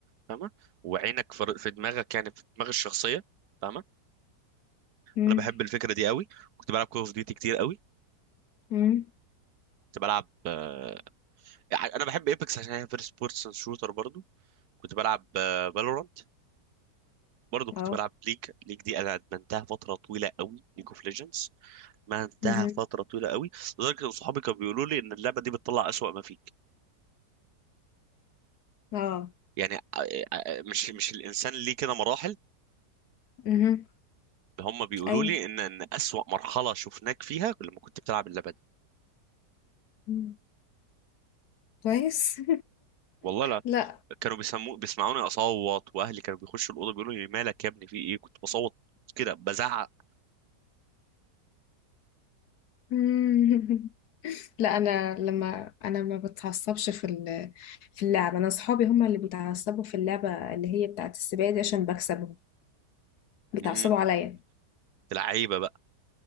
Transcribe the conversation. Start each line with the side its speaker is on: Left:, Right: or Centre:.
Right: فاهمه وعينك في في دماغك يعني في دماغ الشخصيه فاهمه
Left: إمم،
Right: انا بحب الفكره دي قوي كنت بلعب كول اوف ديوتي كتير قوي
Left: إمم،
Right: كنت بلعب آه، يعني انا بحب ايبكس عشان هي فيرست بيرسون شوتر برضو كنت بلعب فالورانت برضو كنت
Left: آه،
Right: بلعب ليج ليج دي انا ادمنتها فتره طويله قوي ليج اوف ليجندز ما انتهى
Left: اهم،
Right: فتره طويله قوي لدرجه ان صحابي كانوا بيقولوا لي ان اللعبه دي بتطلع اسوأ ما فيك
Left: آه،
Right: يعني ع- ع- مش مش الانسان ليه كده مراحل
Left: اهم،
Right: هم بيقولوا
Left: أيوه،
Right: لي ان ان اسوأ مرحله شفناك فيها لما كنت بتلعب اللعبه دي
Left: إمم، كويس
Right: والله لا
Left: <laughs> لأ،
Right: كانوا بيسمو بيسمعوني اصوت واهلي كانوا بيخشوا الاوضه بيقولوا لي مالك يا ابني في ايه كنت بصوت كده بزعق
Left: إمم، لأ أنا لمّا أنا ما باتعصبش في ال في اللعبة، أنا أصحابي هم اللي بيتعصبوا في اللعبة اللي هي بتاعة السباق دي عشان باكسبهم، بيتعصبوا
Right: امم
Left: عليَّ،
Right: لعيبه بقى